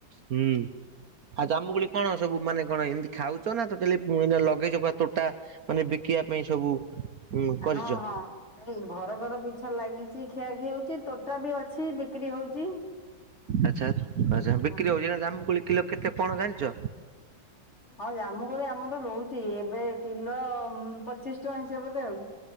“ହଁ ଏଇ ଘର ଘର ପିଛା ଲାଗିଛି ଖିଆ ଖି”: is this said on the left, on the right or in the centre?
Left